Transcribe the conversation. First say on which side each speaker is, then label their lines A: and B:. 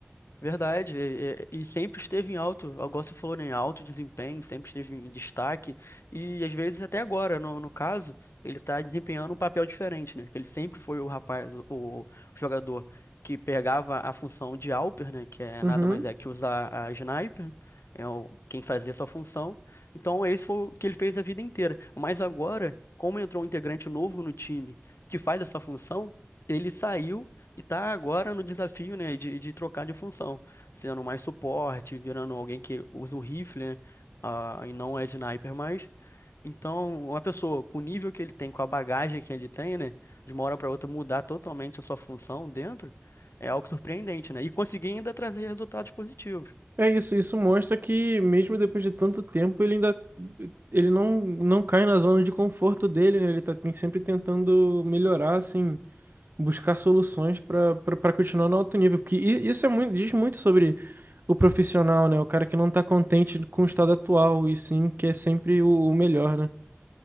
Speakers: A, on the left; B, on the right.
A: Verdade, e, e- e sempre esteve em alto, igual você falou, né, em alto desempenho, sempre esteve em destaque, e às vezes até agora, no, no caso, ele está desempenhando um papel diferente, né? Que ele sempre foi o rapaz, o, o jogador que pegava a função de Alper, né? Que é
B: Uhum.
A: nada mais é que usar a sniper, é o, quem fazia essa função. Então esse foi o que ele fez a vida inteira. Mas agora, como entrou um integrante novo no time que faz essa função, ele saiu e tá agora no desafio, né, de, de trocar de função, sendo mais suporte, virando alguém que usa o rifle, né, ah, e não é sniper mais. Então, uma pessoa com o nível que ele tem, com a bagagem que ele tem, né, de uma hora para outra mudar totalmente a sua função dentro, é algo surpreendente, né? E conseguir ainda trazer resultados positivos.
B: É isso, isso mostra que mesmo depois de tanto tempo, ele ainda ele não, não cai na zona de conforto dele, né? Ele tá tem- sempre tentando melhorar, assim, buscar soluções para para continuar no alto nível, porque i- isso é muito, diz muito sobre o profissional, né? O cara que não tá contente com o estado atual e sim quer sempre o, o melhor, né?